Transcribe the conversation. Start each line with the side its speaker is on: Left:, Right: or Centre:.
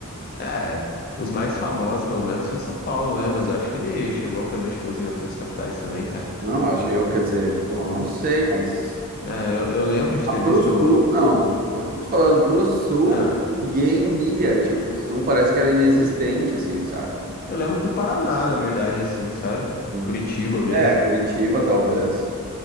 Left: É, os mais famosos, pelo menos, Rio e São Paulo, né? Mas eu acho que ele chegou a fazer shows em outras capitais também, cara.
Right: Não, acho, eu quer dizer, bom, não sei, mas
Left: É, eu, eu lembro de
Right: ah,
Left: ter
Right: pro
Left: visto.
Right: sul, não. Eu tô te falando, pro sul,
Left: ah,
Right: ninguém ia. Tipo, o sul parece que era inexistente, assim, sabe?
Left: eu lembro do Paraná, na verdade, assim, sabe?
Right: Hum.
Left: Curitiba mesmo.
Right: É, Curitiba, talvez.